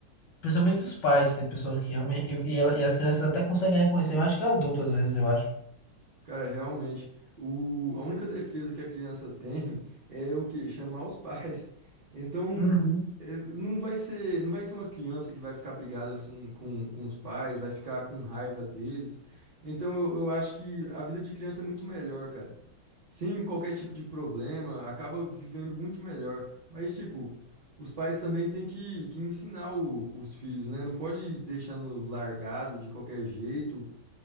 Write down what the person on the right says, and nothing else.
Cara, realmente, o, a única defesa que a criança tem é o quê? Chamar os pais. Então,
é, não vai ser, não vai ser uma criança que vai ficar brigada com, com, com os pais, vai ficar com raiva deles. Então, eu, eu acho que a vida de criança é muito melhor, cara. Sem qualquer tipo de problema, acaba vivendo muito melhor. Mas, tipo, os pais também têm que, que ensinar o- os filhos, né? Não pode deixando largado de qualquer jeito